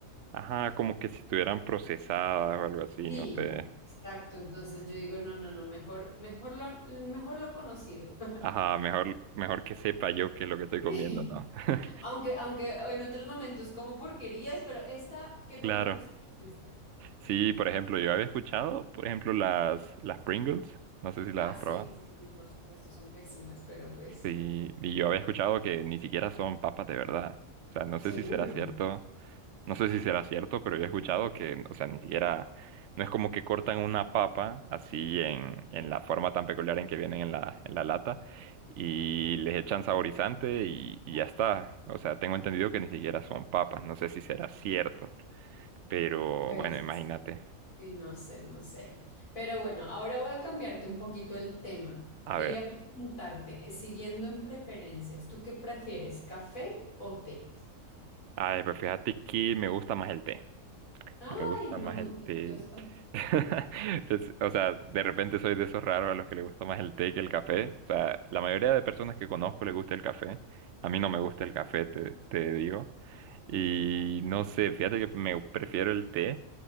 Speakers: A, on the right (about 65°); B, on the left (about 75°).
A: Ajá, como que si estuvieran procesadas o algo así,
B: Sí,
A: no sé.
B: exacto. Entonces yo digo, no, no, no, mejor, mejor lo, mejor lo conocido.
A: Ajá, mejor, mejor que sepa yo qué es lo que estoy comiendo,
B: <laughs>
A: ¿no? <laughs>
B: Aunque, aunque en otros momentos como porquerías, pero esta, que
A: Claro.
B: por lo menos <laughs> esta.
A: Sí, por ejemplo, yo había escuchado, por ejemplo, las, las Pringles. No sé si las
B: Ah,
A: has
B: sí,
A: probado.
B: sí, sí, por supuesto, son pésimas, pero pues
A: Sí, y yo había escuchado que ni siquiera son papas de verdad. O sea, no
B: seguro.
A: sé si será cierto. No sé si será cierto, pero yo he escuchado que, o sea, ni siquiera, no es como que cortan una papa así en, en la forma tan peculiar en que vienen en la, en la lata y les echan saborizante y, y ya está. O sea, tengo entendido que ni siquiera son papas, no sé si será cierto, pero
B: Pues
A: bueno, imagínate.
B: sí, no sé, no sé. Pero bueno, ahora voy a cambiarte un poquito el tema.
A: A
B: Quería
A: ver,
B: preguntarte, eh, siguiendo en preferencias, ¿tú qué prefieres, café o té?
A: ay, pues fíjate que me gusta más el té.
B: Ay,
A: Me gusta
B: no,
A: más
B: muy
A: el
B: chistoso.
A: té. <laughs> Pues, o sea, de repente soy de esos raros a los que le gusta más el té que el café. O sea, la mayoría de personas que conozco le gusta el café. A mí no me gusta el café, te, te digo. Y no sé, fíjate que me prefiero el té,